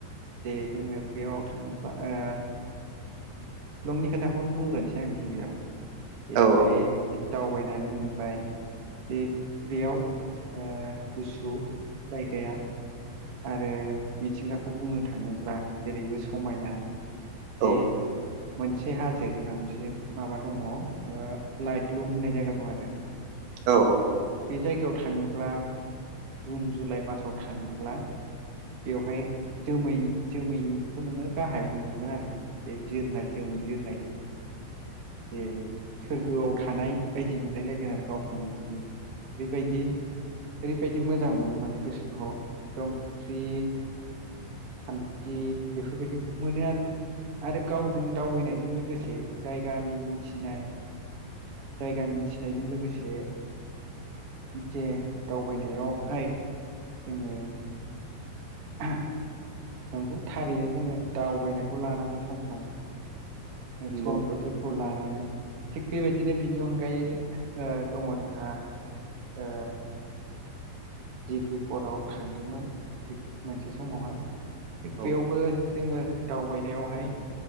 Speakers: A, on the right (about 40°); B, on the right (about 70°).
A: जे जोंङो बेयाव थांबा ओ शिलंनि खोथाखौनो बुंग्रोनोसै आं गिबियाव जे
B: औ
A: बेहाय जि दावबायनानै मोनबाय जे बेयाव ओ गुसु जायगाया आरो मिथिंगाखौ बुंनो थाङोब्ला जेरैबो समायना जे
B: औ
A: मोनसे हाजो जोंहा मोनसे माबा दङ ओ लाइट लुम होननाय जायगा दं आरो।
B: औ औ
A: बे जायगायाव थाङोब्ला जुन जुलाइ मासाव थाङोब्ला बेवहाय जोमै जोमैखौ नोङो गाहायाव नुहुरगोन आरो जे बिरनाय जोमै बिरनाय
B: <inaudible>
A: जे सोरगोआव थानाय बायदि मोनलाय लायगोन आरो गावखौनो बिदि बेबायदि ओरैबायदि मोजां मोनो माने गोसोखौ एकदम फ्रि। सान्थि बेफोरबायदि मोनो आरो। आरो गावजों दावबायनायजों लोगोसे जायगानि मिथिनाय जायगा मिथिनायजों लोगोसे जे दावबायनायावहाय जोंङो <inaudible> नंगौ थारैनो जोंङो दावबायनायखौ लानांगौ सम सम
B: नंगौ
A: सम बोथोर खौ लानानै थिग बेबायदिनो बिनि अनगायै दङ जोंहा ओ दिब्रिगर आव थांदोंमोन थिग मोनसे समावहाय थिग
B: औ
A: बेयावबो जोंङो दावबायनायावहाय